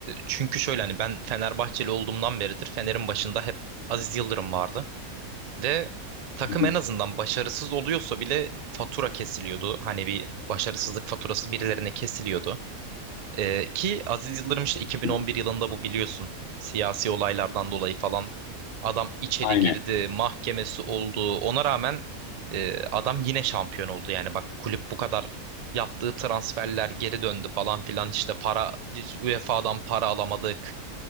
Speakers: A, on the right; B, on the left.
A: çünkü şöyle hani ben Fenerbahçeli olduğumdan beridir Fener'in başında hep Aziz Yıldırım vardı. Ve takım
B: Hı
A: en
B: hı.
A: azından başarısız oluyorsa bile fatura kesiliyordu. Hani bir başarısızlık faturası birilerine kesiliyordu. Ee, ki Aziz Yıldırım işte 2011
B: Hı hı.
A: yılında bu biliyorsun siyasi olaylardan dolayı falan adam içeri
B: Aynen.
A: girdi, mahkemesi oldu. Ona rağmen e, adam yine şampiyon oldu yani bak kulüp bu kadar yaptığı transferler geri döndü falan filan işte para hiç UEFA'dan para alamadık